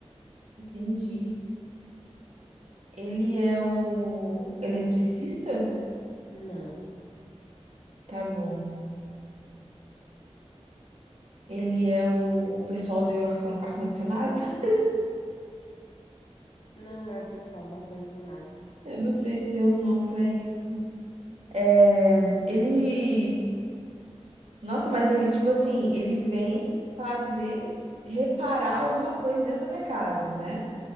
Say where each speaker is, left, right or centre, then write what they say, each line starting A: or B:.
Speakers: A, on the right; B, on the left.
A: Entendi. Ele é o eletricista?
B: Não,
A: Tá bom. Ele é o pessoal do ar- ar-condicionado? <laughs>
B: não é o pessoal do ar-condicionado.
A: Eu não sei se tem um nome pra isso. É, Ele. Nossa, mas ele, tipo assim, ele vem fazer. Reparar alguma coisa dentro da minha casa, né?